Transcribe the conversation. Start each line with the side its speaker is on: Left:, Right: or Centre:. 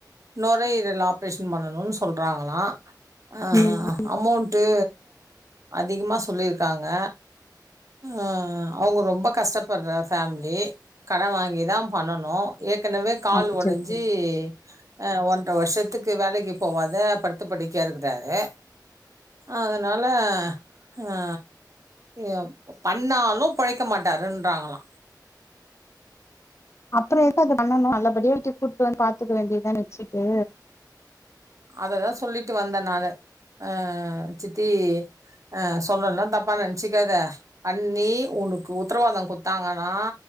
Right: நொரயீரல் ஆப்ரேஷன் பண்ணணுன் சொல்றாங்களா ஆ
Left: ம்
Right: அமௌண்ட்டு அதிகமா சொல்லிருக்காங்க ஆ அவ்ங்க ரொம்ப கஷ்டப்பட்ற ஃபேம்லி கடன் வாங்கிதா பண்ணணு ஏற்கனவே கால்
Left: அச்சச்சோ
Right: ஒடஞ்சு ஆ ஒன்ற வருஷத்துக்கு வேலைக்கு போவாத படுத்து படுக்யா இருந்தாரு அதனால அ எப் பண்ணாலு பொழைக்க மாட்டாருன்றாங்களா
Left: அப்புற எதுக்கு அத பண்ணணு நல்லபடியா வீட்டுக் கூட்டு வந்து பாத்துக்க வேண்டியதான வச்சுட்டு
Right: அததா சொல்லிட்டு வந்தே நானு அ சித்தி ஆ சொல்றேன்னா தப்பா நென்ச்சுக்காத அண்ணி உனக்கு உத்தரவாதொ குத்தாங்கன்னா